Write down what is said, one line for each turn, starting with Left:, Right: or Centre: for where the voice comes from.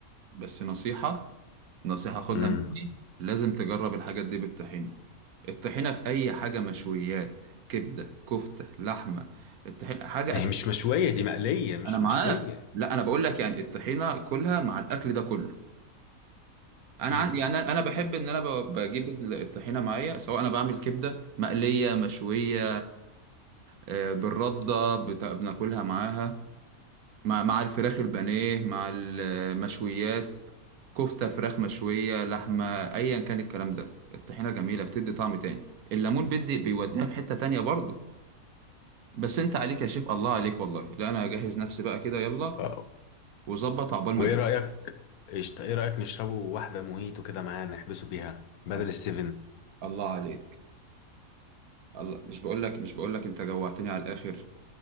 Right: بس نصيحة نصيحة خدها
Left: امم
Right: مني لازم تجرب الحاجات دي بالطحينة الطحينة في أي حاجة مشويات كبدة كفتة لحمة الطحينة حاجة
Left: ما
Right: أساسية
Left: هي مش مشوية دي مقلية مش
Right: أنا معاك
Left: مشوية
Right: لا أنا بقول لك يعني الطحينة كلها مع الأكل ده كله انا
Left: امم
Right: عندي يعني انا انا بحب ان انا ب- بجيب ال- الطحينه معايا سواء انا بعمل كبده مقليه مشويه آه، بالرده بت- بناكلها معاها مع مع الفراخ البانيه مع المشويات كفته فراخ مشويه لحمه ايا كان الكلام ده الطحينه جميله بتدي طعم تاني الليمون بيدي بيوديها في حته تانية برضو بس انت عليك يا شيف الله عليك والله لا انا هجهز نفسي بقى كده يلا
Left: آه،
Right: وظبط عقبال ما
Left: وايه
Right: اجي
Left: رأيك قشطة ايه رأيك نشربه واحدة موهيتو كده معاه نحبسه بيها بدل
Right: الله
Left: السيفن
Right: الله عليك الله مش بقول لك مش بقول لك انت جوعتني على الاخر